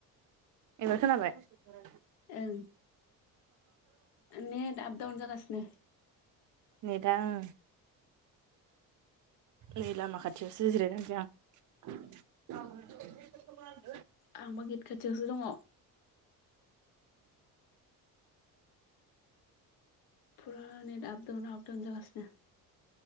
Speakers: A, on the right; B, on the left.
A: एबार खोनाबाय <inaudible> <unintelligible> उम
B: ओं नेट आप डाउन जागासिनो
A: नेट आ ओं नै लामा खाथियावसो जिरायनानैसै आं औ <unintelligible>
B: आंबो गेट खाथियावसो दङ फुरा नेट आपडाउन आपडाउन जागासनो